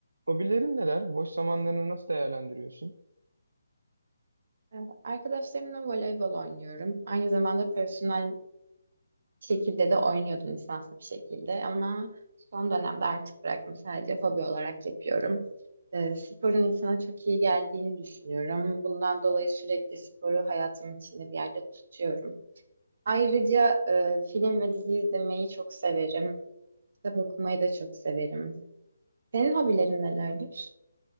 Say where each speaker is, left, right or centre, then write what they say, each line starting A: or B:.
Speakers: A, on the right; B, on the right.
A: Hobilerin neler? Boş zamanlarını nasıl değerlendiriyorsun?
B: Ee, Arkadaşlarımla voleybol oynuyorum. Aynı zamanda profesyonel şekilde de oynuyordum lisanslı bir şekilde ama son dönemde artık bıraktım. Sadece hobi olarak yapıyorum. Ee, sporun insana çok iyi geldiğini düşünüyorum. Bundan dolayı sürekli sporu hayatımın içinde bir yerde tutuyorum. Ayrıca e, film ve dizi izlemeyi çok severim. Kitap okumayı da çok severim. Senin hobilerin nelerdir?